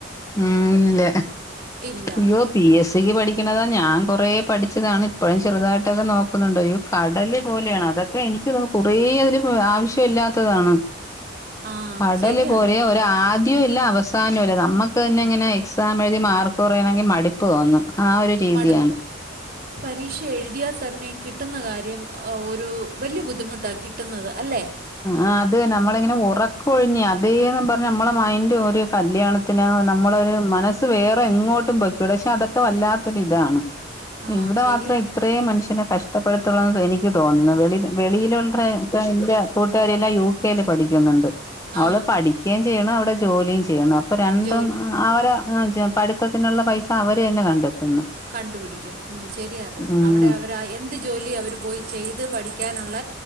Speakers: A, on the left; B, on the right.
A: ഉം ഇല്ല
B: ഇല്ല
A: അയ്യോ പി എസ് സിക്ക് പഠിക്കണതാ ഞാൻ കൊറെേ പഠിച്ചതാണ് ഇപ്പഴും ചെറുതായിട്ടൊക്കെ നോക്കുന്നുണ്ടോയ്യോ കടല് പോലെയാണ് അതൊക്കെ എനിക്ക്ന്നും കുറേ അതിൽ ആവശ്യ ഇല്ലാത്തതാണ്.
B: ആ
A: കടല്
B: ശരിയത്
A: പോലെ ഒരാ ആദ്യവും ഇല്ല അവസാനവുംല്ല നമ്മക്ക് ഇ തെങ്ങനെ എക്സാം എഴുതി മാർക്ക് കുറയണെങ്കി മടിപ്പ് തോന്നും. ആ ഒരു രീതിയാണ്
B: മടുപ്പ് പരീക്ഷ എഴുതിയാ തന്നെ കിട്ടുന്ന കാര്യം ആ ഒരു വലിയ ബുദ്ധിമുട്ടാ കിട്ടുന്നത് അല്ലേ
A: ആഹ് അത് നമ്മളിങ്ങനെ ഉറക്കൊഴിഞ്ഞ് അതേന്ന് പർഞ് നമ്മളെ മൈന്റ് ഒരു കല്യാണ ത്തിന് നമ്മളൊരു മനസ്സ് വേറെ എങ്ങോട്ടും പോയ്ക്കൂട പക്ഷെ അതൊക്കെ വല്ലാത്തൊരു ഇതാണ്.
B: ആ
A: ഇവിടെ
B: ശരിയാ
A: മാത്രം ഇത്രേം മനുഷ്യനെ കഷ്ടപ്പെടുത്തുള്ളെന്ന് എനിക്ക് തോന്നുന്നത് വെളി വെളിയിലുള്ള എന്റെ കൂട്ടുകാരിയെല്ലാം യു കെൽ പഠിക്കുന്നുണ്ട്
B: ആ
A: അവള് പഠിക്കെ ചെയ്യ്ണ് അവിടെ ജോലിയും ചെയ്യ്ണ്. പ്പ രണ്ടും
B: ജോലി
A: അവരെ <unintelligible> പഠിത്തത്തിനുള്ള പൈസ അവര് തന്നെ കണ്ടെത്തുന്നു
B: കണ്ടുപിടിക്കും ഉം ശെരിയാഅത്
A: ഉം
B: അവിടെ അവര് പ്രാ എന്ത് ജോലി അവര് പോയി ചെയ്ത് പഠിക്കാനൊള്ള